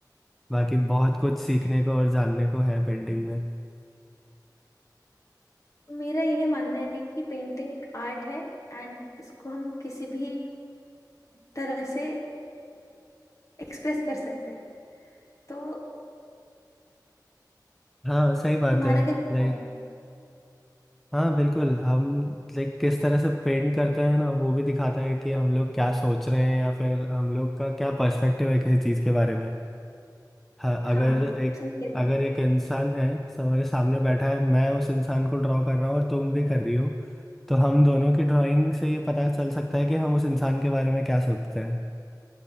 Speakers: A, in the centre; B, on the left (about 45°).
A: बाकी बहुत कुछ सीखने को और जानने को है पेंटिंग में
B: मेरा ये मानना है कि पेंटिंग एक आर्ट है एंड इसको हम किसी भी तरह से एक्सप्रेस कर सकते हैं तो
A: हाँ सही बात
B: तुम्हारा
A: है
B: क्या कहना
A: लाइक
B: है
A: हाँ बिल्कुल हम लाइक किस तरह से पेंट करते हैं ना वो भी दिखाता है कि हम लोग क्या सोच रहे हैं या फिर हम लोग का क्या पर्सपेक्टिव है किसी चीज़ के बारे में हाँ, अगर
B: हाँ
A: एक
B: सही कह रहे
A: अगर
B: हो
A: एक इंसान है हमारे सामने बैठा है मैं उस इंसान को ड्रॉ कर रहा हूँ और तुम भी कर रही हो तो हम दोनों की ड्राइंग से ये पता चल सकता है कि हम उस इंसान के बारे में क्या सोचते हैं